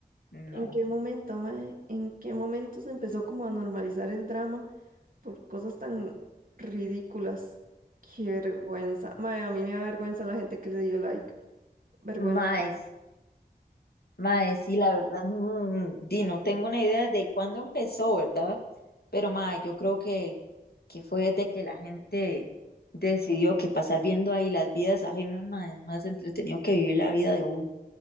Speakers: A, on the left (about 75°); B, on the right (about 60°).
A: No,
B: ¿En qué momento, mae? ¿En qué momento se empezó como a normalizar el drama por cosas tan ridículas? Qué vergüenza. Mae, a mí me da vergüenza la gente que le dio like. Vergüenza.
A: mae, Mae, sí, la verdad, mm, di, no tengo una idea de cuándo empezó, ¿verdad? Pero mae, yo creo que, que fue desde que la gente decidió que pasar viendo ahí las vidas ajenas, mae, es más entretenido que vivir la vida de uno.